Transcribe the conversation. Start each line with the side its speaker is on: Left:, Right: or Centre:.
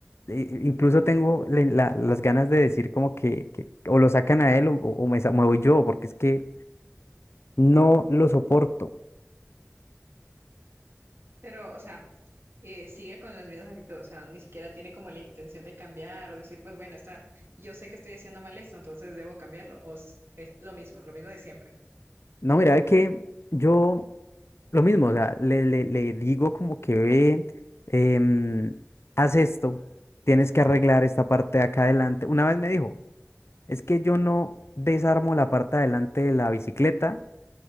Left: I- Incluso tengo le- la- las ganas de decir como que, que o lo sacan a él o, o me, sa- me voy yo, porque es que no lo soporto.
Right: pero, o sea, eh, sigue con las mismas actitudes, o sea, ni siquiera tiene como la intención de cambiar o decir, pues bueno, está, yo sé que estoy haciendo mal esto, entonces debo cambiarlo, o s- es lo mismo, lo mismo de siempre.
Left: No, mira, es que yo lo mismo, o sea, le, le- le digo como que ve, em, haz esto, tienes que arreglar esta parte de acá adelante. Una vez me dijo, es que yo no desarmo la parte de adelante de la bicicleta